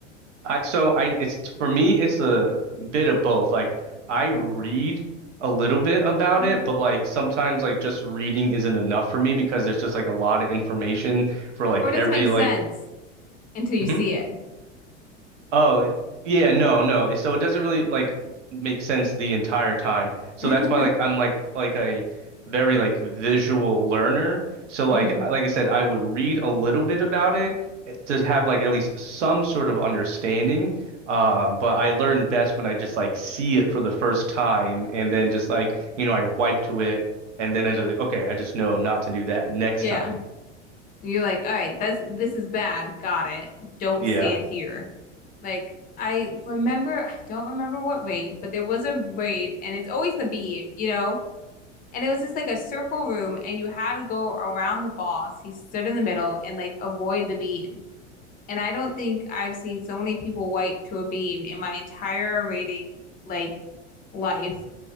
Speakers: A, on the right; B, on the left.
A: I so I it's for me it's a bit of both. Like I read a little bit about
B: Mhm.
A: it, but like sometimes like just reading isn't enough for me because there's just like a lot of information for like
B: Or it doesn't
A: every
B: make sense
A: like
B: until you
A: Mhm.
B: see it.
A: Oh, eh, yeah, no, no. eh, So it doesn't really like make sense the entire time. So
B: <laughs>
A: that's why like I'm like like a very like visual learner. So like
B: hmm
A: I- like I said, I would read a little bit about it eh, to have like at least some sort of understanding. Uh, but I learn best when I just like see it for the first time and then just like, you know, I wipe to it and then I just like, okay, I just know not to do that next
B: Yeah.
A: time.
B: You're like, all right, that's this is bad. Got it. Don't
A: Yeah.
B: stand here. Like I remember, I don't remember what raid, but there was a raid, and it's always the beam, you know? And it was just like a circle room, and you had to go around the boss. He stood in the middle and like avoid the beam. And I don't think I've seen so many people wipe to a beam in my entire raiding like life